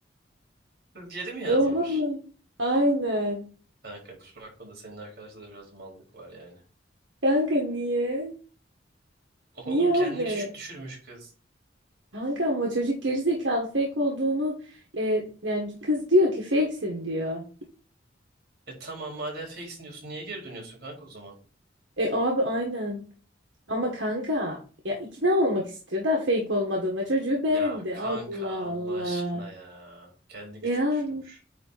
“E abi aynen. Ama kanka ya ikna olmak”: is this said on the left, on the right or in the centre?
Right